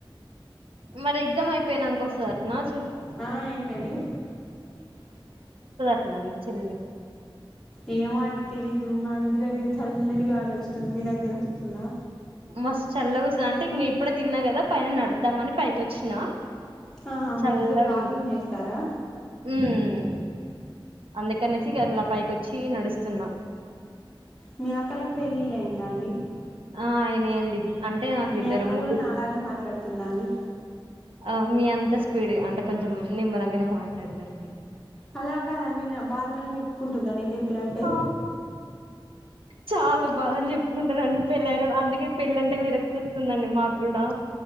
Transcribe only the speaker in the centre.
ఆ ఏంటండి
ఏమో అండి తెలీదు మా ఇంటి దగ్గర చల్లటి గాలి వస్తుంది మీ దగ్గర వస్తుందా
ఆహా
కొద్దిసేపు వాకింగ్ చేస్తారా
మీ అక్కలకు పెళ్ళిళ్ళు అయిందా అండి
మీ
అక్క
కూడా నాలాగనే మాట్లాడుతుందా అండి
అలా కాదండి నా బాధలని చెప్పుకుంటుందా నేను చెప్పినట్టే